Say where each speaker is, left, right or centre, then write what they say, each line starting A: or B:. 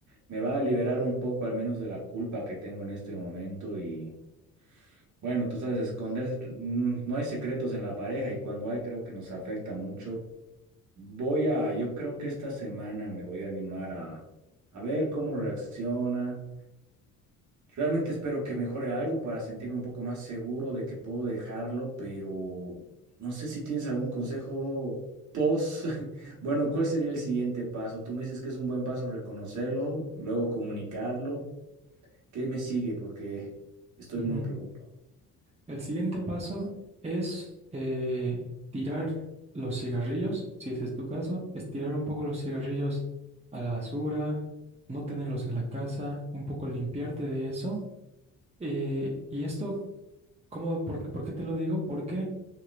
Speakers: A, on the right (about 45°); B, on the right (about 15°).
A: Me va a liberar un poco al menos de la culpa que tengo en este momento y bueno, tú sabes, esconderse, t- mm, no hay secretos en la pareja y cuando hay creo que nos afecta mucho. Voy a, yo creo que esta semana me voy a animar a, a ver cómo reacciona. Realmente espero que mejore algo para sentirme un poco más seguro de que puedo dejarlo, pero no sé si tienes algún consejo post. <laughs> Bueno, ¿cuál sería el siguiente paso? Tú me dices que es un buen paso reconocerlo, luego comunicarlo. ¿Qué me sigue? Porque estoy
B: Ujú.
A: muy preocupado.
B: El siguiente paso es eh, tirar los cigarrillos, si ese es tu caso, es tirar un poco los cigarrillos a la basura, no tenerlos en la casa, un poco limpiarte de eso. Eh, y esto, ¿cómo, por, por qué te lo digo? Porque